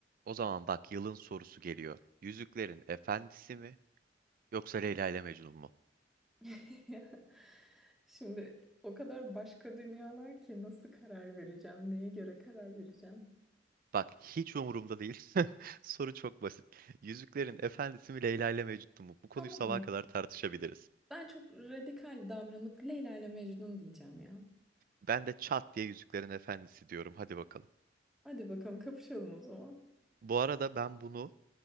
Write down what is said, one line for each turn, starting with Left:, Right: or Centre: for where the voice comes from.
Right: O zaman bak yılın sorusu geliyor. Yüzüklerin Efendisi mi yoksa Leyla ile Mecnun mu?
Centre: <laughs> Şimdi o kadar başka dünyalar ki nasıl karar vereceğim, neye göre karar vereceğim?
Right: Bak hiç umurumda değil. <laughs> Soru çok basit. Yüzüklerin Efendisi mi Leyla ile Mecnun mu? Bu konuyu
Centre: Tamam
Right: sabaha
Centre: ya.
Right: kadar tartışabiliriz.
Centre: Ben çok radikal davranıp Leyla ile Mecnun diyeceğim ya.
Right: Ben de çat diye Yüzüklerin Efendisi diyorum. Hadi bakalım.
Centre: Hadi bakalım kapışalım o zaman.
Right: Bu arada ben bunu